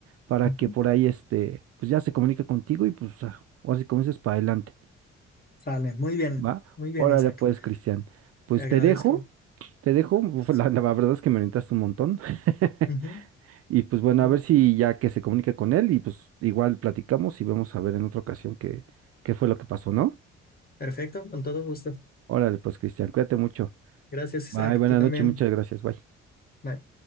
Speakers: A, on the right; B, on the left.
A: para
B: Ujú.
A: que por ahí este, pues ya se comunique contigo y pues ah, ahora sí como dices, para adelante,
B: Sale, muy bien,
A: ¿va?
B: muy bien,
A: Órale,
B: Isaac.
A: pues, Cristian. Pues
B: Te agradezco.
A: te dejo, te dejo. uf, La,
B: Sí.
A: la verdad es que me orientaste un montón. <laughs>
B: Ujú,
A: Y pues bueno,
B: sí.
A: a ver si ya que se comunique con él y pues igual platicamos y vemos a ver en otra ocasión qué, qué fue lo que pasó, ¿no?
B: Perfecto, con todo gusto.
A: Órale, pues, Cristian, cuídate mucho.
B: Gracias,
A: Bye,
B: Isaac.
A: buenas
B: Tú también.
A: noches, muchas gracias, bye.
B: Bye.